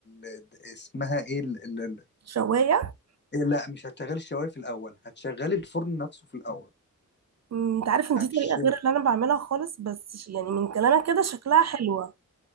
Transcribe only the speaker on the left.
ال... اسمها ايه ال... ال... ال...
إيه، لا مش هتشغلي الشوايه في الاول هتشغلي الفرن نفسه في الاول
عشان